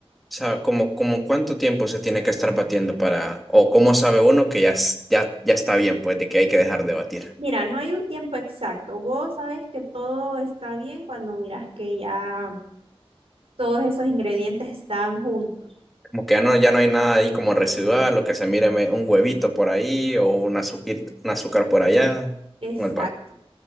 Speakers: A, in the centre; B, on the right.
A: sea, como, como cuánto tiempo se tiene que estar batiendo para, o cómo sabe uno que ya, es- ya, ya está bien, pues, de que hay que dejar de batir.
B: Mira, no hay un tiempo exacto. Vos sabes que todo está bien cuando miras que ya todos esos ingredientes están juntos.
A: Como que ya no, ya no hay nada ahí como residual, lo que se mire me- un huevito por ahí o un azúcar, un azúcar por allá,
B: Exacto.
A: o el